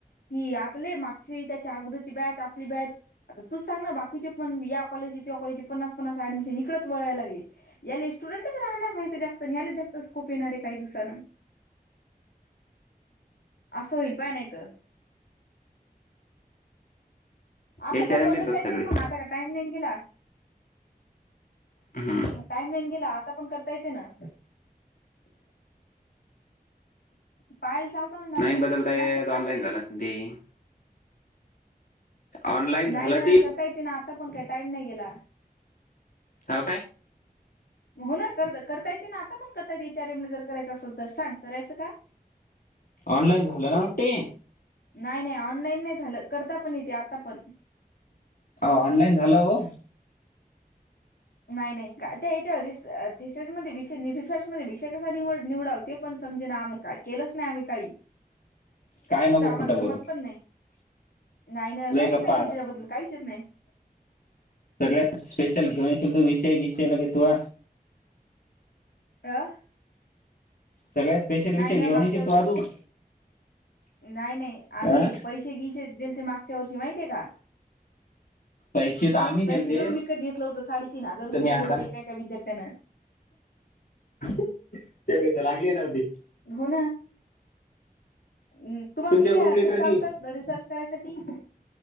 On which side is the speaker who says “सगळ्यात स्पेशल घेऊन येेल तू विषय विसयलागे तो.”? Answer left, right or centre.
Left